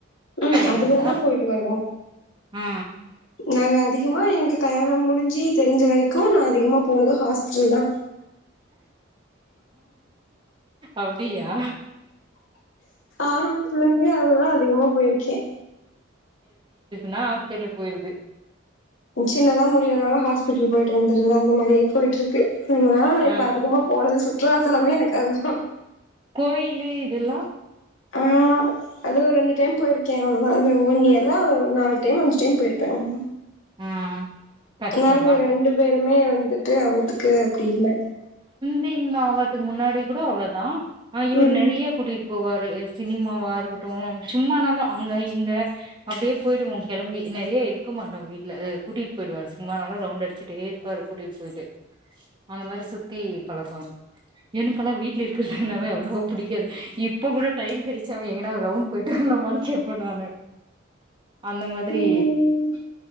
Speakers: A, on the left (about 80°); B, on the right (about 25°).
A: உம்
B: போறதா
A: அதுவேன
B: இருந்தா
A: போயிட்டு வருவோ
B: ஆ
A: நாங்க அதிகமா எனக்கு கல்யாணோ முடிஞ்சு தெரிஞ்ச வரைக்கூ நா அதிகமா போனது ஹாஸ்பிட்டல் தா
B: அப்டியா
A: ஆரம்பத்துலருந்தே அதுதா அதிகமா போய்ருக்கே
B: ன்னா ஹாஸ்பிட்டல் போய்றது
A: சின்னதா முடிலனாலு ஹாஸ்பிட்டல் போயிட்டு வந்துறது அந்த மாரி போய்ட்ருக்கு இல்ல இப்ப
B: ஆ
A: அதிகமா போனது சொ ற்றோ தலமே எனக்கு அதுதா
B: கோயிலு இதெல்லா
A: ஆ அது ஒரு ரெண்டு டைம் போய்ருக்கே அவ்ளோ தா இந்த ஒன் இயர்ல ஒரு நாலு டைம் அஞ்சு டைம் போய்ருப்பே அவ்
B: ஆ கஷ்டந்தா
A: நாங்க ரெண்டு பேரு மே வந்து ட்டு அவுத்துக்கு அப்டி இல்ல
B: தைங்க ஆவத்துக்கு முன்னாடி கூட அவ்ளோ தா ஆ இவர்
A: ம்
B: நெறைய கூட்டி போவாரு சினிமாவா இருக்கட்டூ சும்மா நாலூ அங்க இங்க அப்டியே போய்டுவோ கெளம்பி நெறைய இருக்க மாட்டோ வீட்ல கூட்டிட்டு போய்டுவாரு சும்மா நாலூ ரவுண்ட் அடிச்சுட்டேருப்பாரு கூட்டிட்டு போய்ட்டு அந்த மாரி சுத்தி பழக்கோ எனக்கெல்லா வீட்ல இருக்குறதுனாவே அவ்ளவா பிடிக்காது இப்ப கூட டைம் கெடைச்சாவே எங்கன்னா ரவுண்ட் போயிட்டு வரலாமானு கேப்பே நானு அந்த மாதிரி
A: ம்